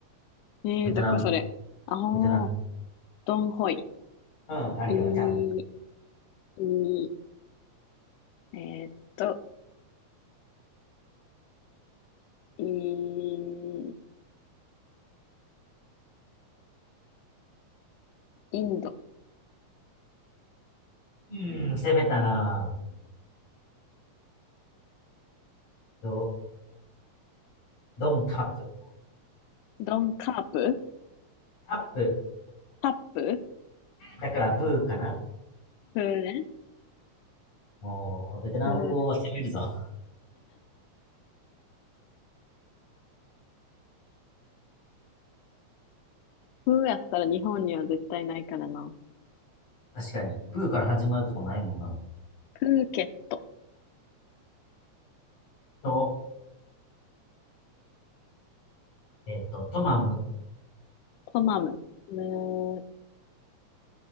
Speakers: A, on the left; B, on the left.
A: う。えー、
B: ベトナム、
A: どこそれ。あ
B: ベトナム。
A: あ、ドンホイ。
B: うん、あるよ、
A: い
B: ちゃん
A: い、いい、えーっと、いい、インド。
B: うん、攻めたなぁ。ど、ドンタップ。
A: ドンカープ
B: タップ。
A: タップ
B: だからブーかな。
A: プーね。
B: もう、ベトナム語を攻めるぞ。
A: プー、プーやったら日本には絶対ないからな。
B: 確かに。プーから始まるとこないもんな。
A: プーケット。
B: と、えっと、トマム、
A: トマム。む、